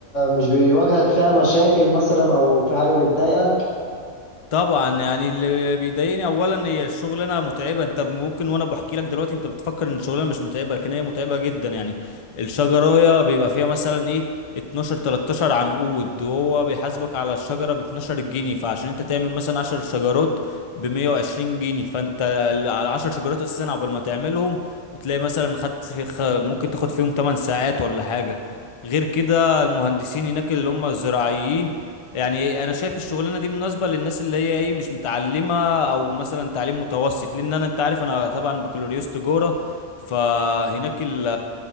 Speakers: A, on the left (about 80°); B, on the left (about 55°).
A: مش بيواجهك فيها مشاكل مثلا أو في حاجة بتضايقك
B: طبعا يعني اللي بيضايقني اولا هي الشغلانه متعبه انت ممكن وانا بحكي لك دلوقتي انت بتفكر ان الشغلانه مش متعبه لكن هي متعبه جدا يعني الشجرايه بيبقى فيها مثلا ايه 12 13 عنقود وهو بيحاسبك على الشجره ب 12 جنيه فعشان انت تعمل مثلا 10 شجرات ب 120 جنيه فانت ال- على 10 شجرات اساسا عقبال ما تعملهم تلاقي مثلا خدت في خ... ممكن تاخد فيهم 8 ساعات ولا حاجه غير كده المهندسين هناك اللي هم الزراعيين يعني انا شايف الشغلانه دي مناسبه للناس اللي هي ايه مش متعلمه او مثلا تعليم متوسط لان انا انت عارف انا طبعا بكالوريوس تجاره فهناك ال...